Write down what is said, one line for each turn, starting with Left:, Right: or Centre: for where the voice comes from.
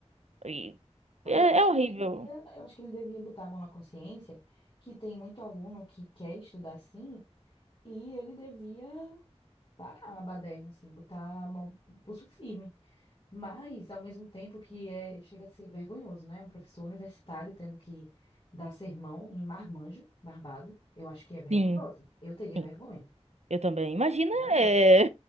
Right: E é,
Left: Cara, eu acho
Right: é
Left: que
Right: horrível.
Left: ele devia, eu acho que ele devia botar a mão na consciência que tem muito aluno que quer estudar sim E ele devia parar a baderna, assim, botar a mão, pulso firme. Mas, ao mesmo tempo que é, chega a ser vergonhoso, né? Um professor universitário tendo que dar sermão em marmanjo, barbado, eu acho que é vergonhoso.
Right: Sim,
Left: Eu teria
Right: sim,
Left: vergonha,
Right: eu também. Imagina,
Left: sinceramente.
Right: é,